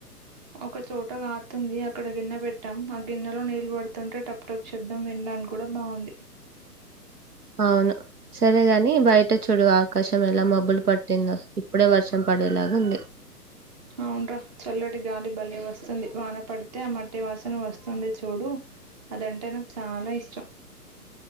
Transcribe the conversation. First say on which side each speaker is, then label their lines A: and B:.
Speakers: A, on the right; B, on the right.
A: ఒక చోట కారతుంది అక్కడ గిన్నె పెట్టాం ఆ గిన్నెలో నీళ్లు పడుతుంటే టప్ టప్ శబ్దం విన్నాం డం కూడా బావుంది
B: అవును సరేగాని బయట చూడు ఆకాశం ఎలా మబ్బులు పట్టిందో ఇప్పుడే వర్షం పడేలాగా ఉంది
A: అవునురా చల్లటి గాలి భలే వస్తుంది వాన పడి పడితే ఆ మట్టి వాసన వస్తుంది చూడు అదంటే నాకు చాలా ఇష్టం.